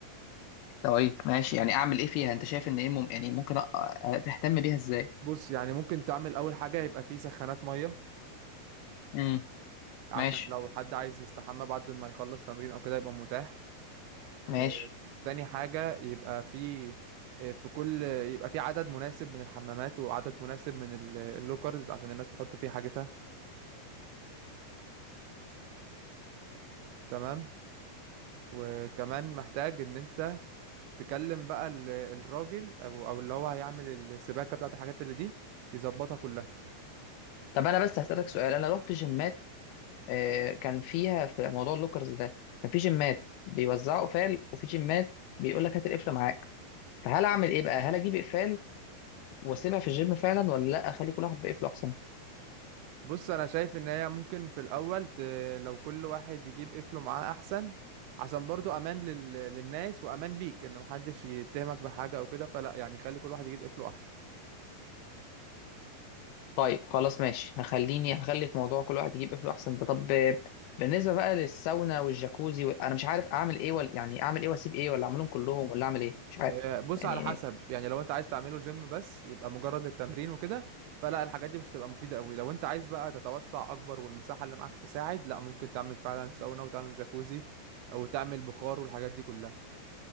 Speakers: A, on the left; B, on the right.
A: طيب ماشي يعني اعمل ايه فيها انت شايف ان ايه مم... يعني ممكن أ... أ- تهتم بيها ازاي
B: بص يعني ممكن تعمل اول حاجة يبقى فيه سخانات مية
A: امم
B: عشان
A: ماشي
B: لو حد عايز يستحمى بعد ما يخلص تمرين او كده يبقى متاح
A: ماشي
B: آه تاني حاجة يبقى فيه آه، في كل يبقى في عدد مناسب من الحمامات وعدد مناسب من ال- اللوكرز عشان الناس تحط فيه حاجتها تمام وكمان محتاج ان انت تكلم بقى ال- الراجل او او اللي هو هيعمل السباكه بتاعت الحاجات اللي دي يظبطها كلها
A: طب انا بس هسألك سؤال انا رحت جيمات آه، كان فيها في موضوع اللوكرز ده كان في جيمات بيوزعوا قفال وفي جيمات بيقول لك هات القفل معاك فهل اعمل ايه بقى هل اجيب اقفال واسيبها في الجيم فعلا ولا لا اخلي كل واحد بقفله احسن
B: بص انا شايف ان هي ممكن في الاول ت... لو كل واحد يجيب قفله معاه احسن عشان برضو امان لل... للناس وامان ليك ان محدش يتهمك بحاجه او كده فلا يعني خلي كل واحد يجيب قفله احسن
A: طيب خلاص ماشي هخليني هخلي في موضوع كل واحد يجيب قفله احسن ده طب آه، بالنسبه بقى للساونا والجاكوزي و... انا مش عارف اعمل ايه ولا يعني اعمل ايه واسيب ايه ولا اعملهم كلهم ولا اعمل ايه مش عارف
B: آه، بص
A: يعني
B: على حسب يعني لو انت عايز تعمله جيم بس يبقى مجرد للتمرين وكده فلا الحاجات دي مش هتبقى مفيدة قوي لو انت عايز بقى تتوسع اكبر والمساحة اللي معاك تساعد لا ممكن تعمل فعلا ساونا وتعمل جاكوزي او تعمل بخار والحاجات دي كلها